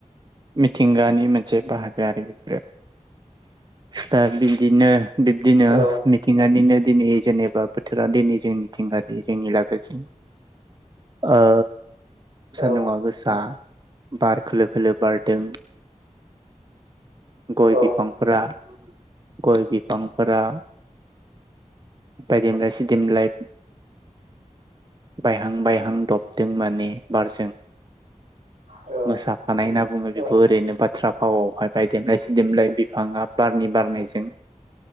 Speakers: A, on the right (about 35°); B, on the right (about 75°).
A: मिथिंगानि मोनसे बाहागो आरो बेफोरो। दा बिदिनो बिब्दिनो
B: औ
A: मिथिंगानिनो दिनै जेनेबा बोथोरा दिनै जोंनिथिंगारि जोंनि लागोथिं। ओ
B: औ
A: सान्दुङा गोसा, बार खोलो खोलो बारदों। गय
B: औ
A: बिफांफोरा गय बिफांफोरा बायदिमलाय सिदिमलाय बायहां बायहां दपदों माने। बारजों
B: औ
A: मोसाफानाय होनना बुङो
B: औ
A: बेखौ। ओरैनो बा थ्रा फावआवहाय बायदेमलाय सिदेमलाय बिफाङा बारनि बारनायजों